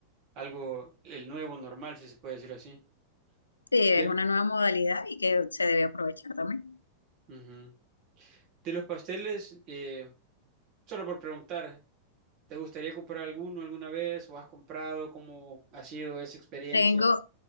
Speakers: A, on the right; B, on the left.
A: algo, el nuevo normal, si se puede decir así.
B: Sí, es
A: Pero,
B: una nueva modalidad y que se debe aprovechar también.
A: ujú. De los pasteles, eh, solo por preguntar, ¿te gustaría comprar alguno alguna vez o has comprado? ¿Cómo ha sido esa experiencia?
B: Tengo,